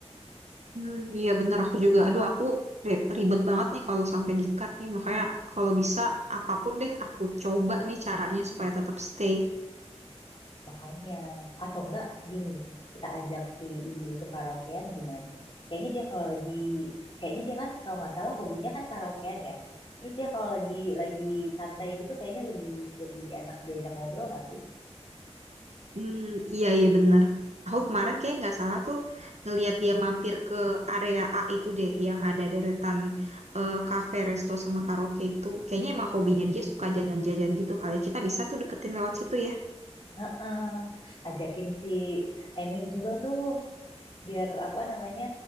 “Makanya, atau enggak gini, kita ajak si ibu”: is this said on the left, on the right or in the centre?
Left